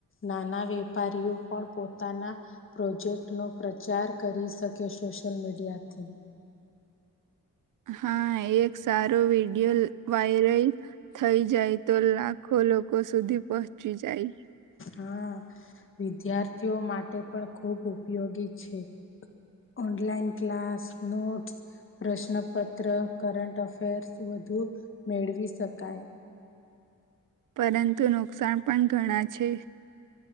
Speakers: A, on the left; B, on the right.
A: નાના વેપારીઓ પણ પોતાના પ્રોજેક્ટ નો પ્રચાર કરી શકે સોશિયલ મીડિયાથી
B: હા એક સારો વિડિયો વાયરલ થઈ જાય તો લાખો લોકો સુધી પહોંચી જાય
A: હા વિદ્યાર્થીઓ માટે પણ ખૂબ ઉપયોગી છે ઓનલાઈન ક્લાસ નોટ્સ પ્રશ્નપત્ર કરંન્ટ અફેર્સ બધું વધુ મેળવી શકાય.
B: પરંતુ નુકસાન પણ ઘણા છે.